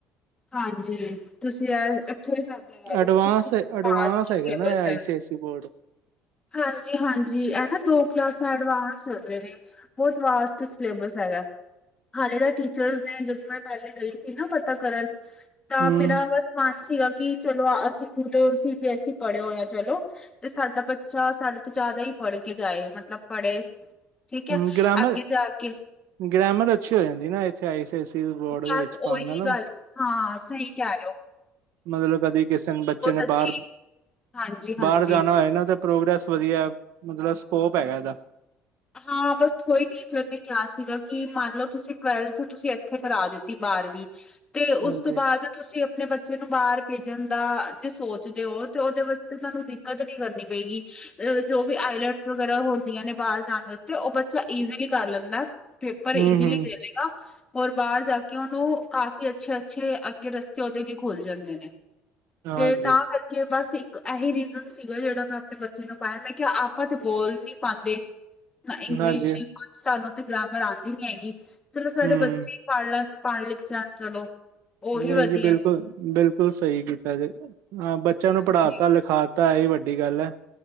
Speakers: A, on the left; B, on the right.
A: ਹਾਂਜੀ ਤੁਸੀਂ ਆ ਇੱਥੋਂ ਹੀ ਸਾਨੂੰ ਲੱਗਾ ਲੋ
B: ਐਡਵਾਂਸ
A: ਕੀ
B: ਐਡਵਾਂਸ ਹੈਗਾ
A: <unintelligible>
B: ਨਾ ਆਈ ਸੀ ਆਈ ਸੀ ਬੋਰਡ
A: ਹਾਂਜੀ-ਹਾਂਜੀ, ਇਹ ਨਾ ਦੋ ਕਲਾਸਾਂ ਐਡਵਾਂਸ ਲੈਂਦੇ ਨੇ। ਬੋਤ ਲਾਸਟਸ ਸਿਲੇਬਸ ਆਇਆ। ਹਾਲੇ ਤਾਂ ਟੀਚਰਸ ਨੇ ਜਦੋਂ, ਮੈਂ ਪਹਿਲੇ ਗਈ ਸੀ ਨਾ ਪਤਾ ਕਰਨ ਤਾਂ,
B: ਹਮ
A: ਮੇਰਾ ਬਸ ਮਾਨ ਸੀਗਾ ਕਿ ਚਲੋ ਅਸੀਂ ਖੁਦ ਸੀਬੀਐਸੀ ਪੜੇ ਹੋਆ ਚਲੋ ਤੇ ਸਾਡਾ ਬੱਚਾ ਸਾਡੇ ਤੋਂ ਜ਼ਿਆਦਾ ਹੀ ਪੜ੍ਹ ਕੇ ਜਾਏ ਮਤਲਬ ਪੜ੍ਹੇ। ਠੀਕ ਹੈ,
B: ਹਮ ਗ੍ਰਾਮਰ
A: ਅੱਗੇ ਜਾ ਕੇ।
B: ਗ੍ਰੈਮਰ ਅੱਛੀ ਹੋ ਜਾਂਦੀ ਨਾ, ਇੱਥੇ ਆਈਸੀਆਈ ਬੋਰਡ
A: ਬਸ
B: ਦੇ ਵਿੱਚ ਪਾਣ
A: ਉਹੀ
B: ਨਾਲ।
A: ਗੱਲ ਹਾਂ, ਸਹੀ ਕਹਿ ਰਹੇ ਓ।
B: ਮਤਲਬ ਕਦੀ ਕਿਸੇ ਨੇ ਬੱਚੇ ਨੇ
A: ਅੱਛੀ
B: ਬਾਹਰ-
A: ਹਾਂਜੀ ਹਾਂਜੀ
B: ਬਾਹਰ ਜਾਣਾ ਹੋਏ ਨਾ ਤੇ ਪ੍ਰੋਗਰੈਸ ਵਧੀਆ, ਮਤਲਬ ਸਕੋਪ ਹੈਗਾ ਈਦਾ।
A: ਹਾਂ, ਬਸ ਕੋਈ ਨੀ। ਟੀਚਰ ਨੇ ਕਿਹਾ ਸੀਗਾ ਕਿ ਮੰਨ ਲਓ ਤੁਸੀਂ ਟਵੈਲਥ ਤੁਸੀਂ ਇੱਥੇ ਕਰਾ ਦਿੱਤੀ ਬਾਰਵੀਂ ਤੇ
B: ਹਾਂਜੀ
A: ਉਸ ਤੋਂ ਬਾਦ- ਤੁਸੀਂ ਆਪਣੇ ਬੱਚੇ ਨੂੰ ਬਾਹਰ ਭੇਜਣ ਦਾ ਜੇ ਸੋਚਦੇ ਓ, ਤਾਂ ਉਹਦੇ ਵਾਸਤੇ ਤੁਹਾਨੂੰ ਦਿੱਕਤ ਨੀ ਕਰਨੀ ਪੈਗੀ। ਅ ਜੋ ਵੀ ਆਈਲੈਟਸ ਵਗੈਰਾ ਹੁੰਦੀਆਂ ਨੇ ਬਾਹਰ ਜਾਣ ਉਹ ਬੱਚਾ ਈਜ਼ੀਲੀ ਕਰ ਲੈਂਦਾ ਪੇਪਰ
B: ਹੂੰ
A: ਈਜ਼ੀਲੀ
B: ਹੂੰ
A: ਦੇ ਲੇਗਾ। ਔਰ ਬਾਹਰ ਜਾ ਕੇ ਉਹਨੂੰ ਕਾਫੀ ਅੱਛੇ-ਅੱਛੇ ਅੱਗੇ ਰਸਤੇ ਓਦੇ ਵੀ ਖੋਲ ਜਾਂਦੇ ਨੇ।
B: ਹਾਂਜੀ
A: ਤੇ ਤਾਂ ਕਰਕੇ ਕਿ ਬਸ ਇੱਕ ਇਹੀ ਰੀਜ਼ਨ ਸੀਗਾ, ਜਿਹੜਾ ਮੈਂ ਆਪਣੇ ਬੱਚੇ ਨੂੰ ਪਾਇਆ ਮੈਂ ਕਿਹਾ ਆਪਾਂ ਤਾਂ ਬੋਲ ਨੀ ਪਾਦੇ। ਨਾ ਇੰਗਲਿਸ਼
B: ਹਾਂਜੀ
A: ਕੁਛ ਸਾਨੂੰ ਤਾਂ ਗ੍ਰਾਮਰ ਆਦੀ ਨੀ ਹੈਗੀ। ਚਲੋ, ਸਾਡੇ
B: ਹੂੰ
A: ਬੱਚੇ ਪੜ ਲੈਣ ਪੜ-ਲਿਖ ਜਾਨ ਚਲੋ। ਉਹੀ
B: ਨਈ
A: ਵਧੀਆ
B: ਜੀ, ਬਿਲਕੁਲ-ਬਿਲਕੁਲ ਸਹੀ ਕੀਤਾ ਜੇ, ਹਾਂ ਬੱਚਿਆਂ ਨੂੰ
A: ਹਾਂਜੀ।
B: ਪੜ੍ਹਾਤਾ ਲਿਖਾ -ਤਾਂ ਆਹੀ ਵੱਡੀ ਗੱਲ ਐ।